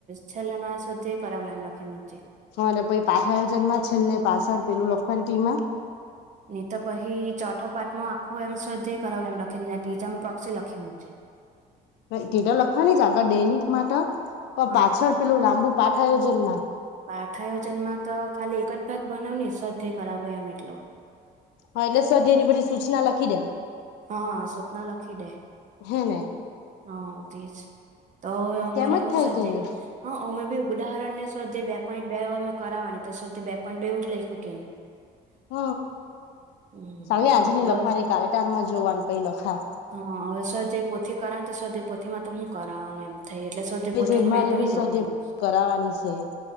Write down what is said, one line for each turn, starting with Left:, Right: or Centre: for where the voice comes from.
Right: છેલ્લે મા સ્વાધ્યાય કરાવલામ લખી મૂકજે.
Left: અરે પ પાઠ આયોજન માં છેલ્ને પાછળ પેલું લખવા ટી માં
Right: ની તો પહિ ચોથો પાટ માં આખો એમ શ્રદ્ધ કરાવ એમ લખીનેજમ પ્રક્ષી લખી મુ છેે.
Left: <unintelligible> લખવાની જ આગળ દૈનિક માટે પણ
Right: હા
Left: પાછળ પેલું લાંબુ પાઠ આયોજનમાં.
Right: પાઠઆયોજન માં તો ખાલી એક જ ભાગ બનાવ સધે કરાવલો આમ એટલો
Left: હા એટલે સ્વાધ્યાય એની બધી સૂચના લખી દેમ.
Right: હા સૂચના લખી દે.
Left: હેને.
Right: હા તેજ તો હવે અમારે
Left: તેમ જ
Right: હો
Left: થાય
Right: સાજે.
Left: કે નહી
Right: હા અમે બી ઉદાહરણ ને સ્વાધ્યાય બે પોઈન્ટ બે અમે કરાવવાની તો સ્વાધ્યાય બે પોઈન્ટ બે એવું લખ્યું કેની.
Left: હ
Right: હમ
Left: ચાલી
Right: તો
Left: આજની
Right: એ ની હવે
Left: લખવાની કાલેટાર માં જોવાનું પહી લખા.
Right: હ સ્વાધ્યાય પોથી કરાવ તો સ્વાધ્યાય પોથીમાં તો હું કરાવઉ ને એમ થઈ એટલે સ્વાધ્યાય પોથીનું
Left: જોઈ મારે
Right: મેં તો નહી
Left: બી સ્વાધ્યાય
Right: લખવાનું.
Left: કરાવાની છે